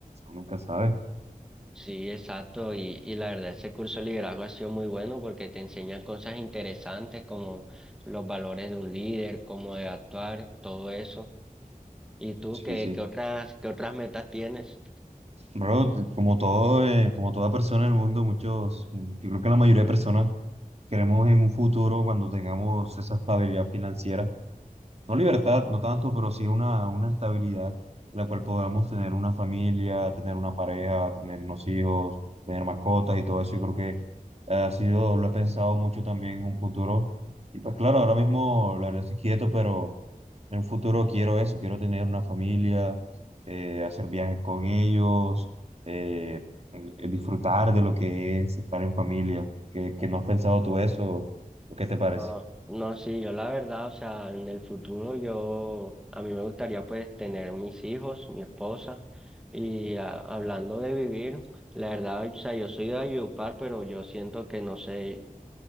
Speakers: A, on the right; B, in the centre.
A: uno nunca sabe.
B: sí, exacto, y, y la verdad ese curso de liderazgo ha sido muy bueno porque te enseñan cosas interesantes como los valores de un líder, cómo de actuar, todo eso. ¿Y tú
A: Sí,
B: qué,
A: sí.
B: qué otras, qué otras metas tienes?
A: Bro, como todo, eh, como toda persona en el mundo, muchos, mm, yo creo que la mayoría de personas queremos en un futuro, cuando tengamos esa estabilidad financiera, no libertad, no tanto, pero sí una, una estabilidad en la cual podamos tener una familia, tener una pareja, tener unos hijos, tener mascotas y todo eso. Yo creo que ha sido, lo he pensado mucho también en un futuro. Y pues claro, ahora mismo la verdad estoy quieto, pero en un futuro quiero eso, quiero tener una familia, eh, hacer viajes con ellos, eh, eh, disfrutar de lo que es estar en familia. ¿Qué, qué no has pensado tú eso? ¿O ¿Qué te parece?
B: No, no, sí, yo la verdad, o sea, en el futuro yo, a mí me gustaría pues tener mis hijos, mi esposa, y a- hablando de vivir, la verdad, o sea, yo soy de Valledupar, pero yo siento que no sé,